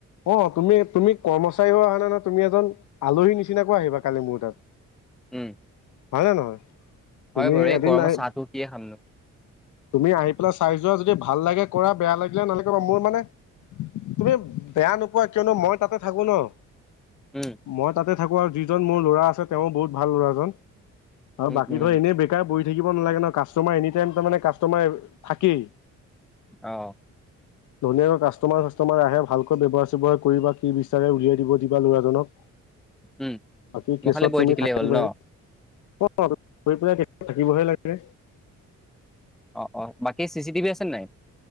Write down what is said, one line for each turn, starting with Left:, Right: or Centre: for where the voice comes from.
Left: অ' তুমি-তুমি কৰ্মচাৰী হৈ অহা নাই নহয়! তুমি এজন আলহী নিচিনাকৈ আহিবা কালি মোৰ তাত।
Centre: উম
Left: হয় নে নহয়?
Centre: হয়
Left: তুমি
Centre: বাৰু এই
Left: এদিন
Centre: গৰমত
Left: নাই।
Centre: চাহটো কিয়ে খামনো
Left: তুমি আহি পেলাই চাই যোৱা, যদি ভাল লাগে কৰা বেয়া লাগিলে নালাগে ৰ'। মোৰ মানে- তুমি বেয়া নোপোৱা কিয়নো মই তাতে থাকো ন'।
Centre: উম,
Left: মই তাতে থাকো আৰু যিজন মোৰ ল'ৰা আছে তেৱোঁ বহুত ভাল ল'ৰাজন। আৰু
Centre: উম,
Left: বাকীতো
Centre: উম,
Left: এনেই বেকাৰ বহি থাকিব নালাগে নই কাষ্টমাৰ এনি টাইম তামানে কাষ্টমাৰ, থাকেই।
Centre: অ'।
Left: ধুনীয়াকৈ কাষ্ট ষ্টমাৰ-চাষ্টমাৰ আহে, ভাল ব্যৱহাৰ-চব্যহাৰ কৰিবা, কি বিচাৰে উলিয়াই দিব দিবা ল'ৰাজনক।
Centre: উম।
Left: বাকী
Centre: মই
Left: কেছত
Centre: খালি বহি
Left: তুমি
Centre: থাকিলেই
Left: থাকিবাই
Centre: হ'ল ন'?
Left: <unintelligible> থাকিবহে লাগে।
Centre: অ'- অ' বাকী চি চি টিভি আছে নে নাই?